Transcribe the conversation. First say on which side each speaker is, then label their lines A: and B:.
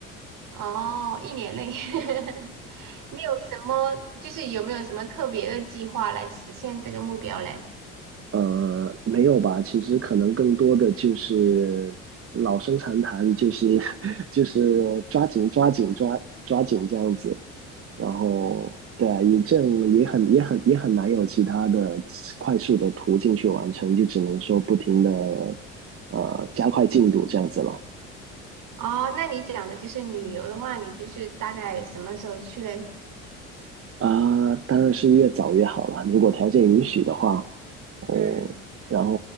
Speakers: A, on the right (about 60°); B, on the right (about 35°).
A: 哦，一年内，<laughs> 你有什么，就是有没有什么特别的计划来实现这个目标嘞？
B: 呃，没有吧？其实可能更多的就是老生常谈，就是 <laughs> 就是抓紧抓紧抓抓紧这样子。然后，对啊，也这样也很也很也很难有其他的快速的途径去完成，就只能说不停的呃加快进度这样子了。
A: 哦，那你讲的就是旅游的话，你就是大概什么时候去嘞？
B: 啊，当然是越早越好了。如果条件允许的话，哦，
A: 嗯，
B: 然后